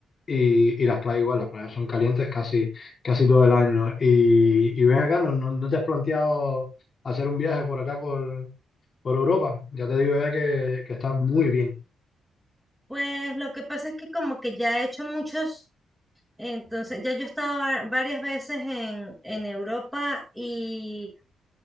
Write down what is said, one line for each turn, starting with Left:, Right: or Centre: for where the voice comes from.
Left: Y, y las playas igual, las playas son calientes casi, casi todo el año. Y, y ven acá, ¿no, no, no te has planteado hacer un viaje por acá, por, por Europa? Ya te digo, eh, que, que está muy bien.
Centre: Pues lo que pasa es que como que ya he hecho muchos, entonces ya yo he estado va- varias veces en, en Europa y